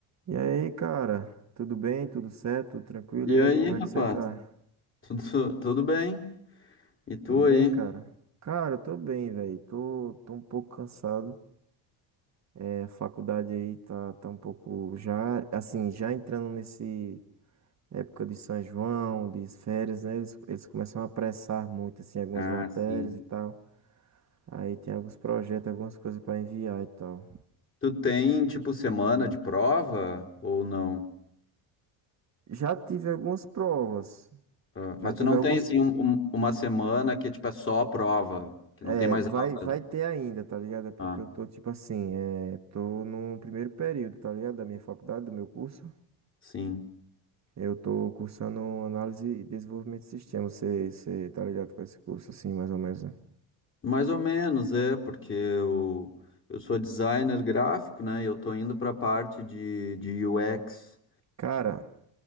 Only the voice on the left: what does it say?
E
aí,
rapaz?
Tudo, tudo bem? E tu
aí?
Ah,
sim.
Tu tem, tipo, semana de prova ou não?
Ah,
mas
tu não
tem, assim, um- um- uma semana que é, tipo, é só prova, que
não tem mais
aula?
Ah,
sim.
Mais ou menos, é, porque eu, eu sou designer gráfico, né? E eu tô indo pra parte de, de UX,